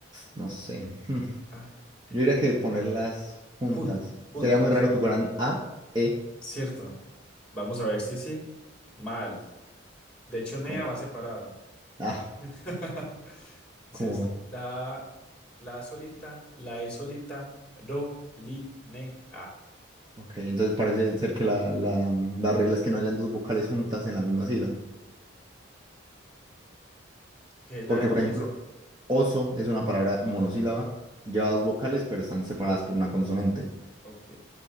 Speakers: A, on the right (about 20°); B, in the centre.
A: no sé. hmm.
B: A, E,
A: Yo diría que ponerlas juntas.
B: junta, juntas,
A: Sería muy raro que fueran A, E,
B: ¿cierto? Vamos a ver si sí. Mal. De hecho, Nea
A: como
B: va separado.
A: A,
B: <laughs> Entonces,
A: como A.
B: la, la solita, la E solita, ro, li, ne, a,
A: Ok, entonces parece ser que la, la, la regla es que no hayan dos vocales juntas en la misma sílaba.
B: que es la
A: Porque,
B: del
A: por
B: inicio.
A: ejemplo, oso es una palabra monosílaba, lleva dos vocales, pero están separadas por una consonante.
B: Ok,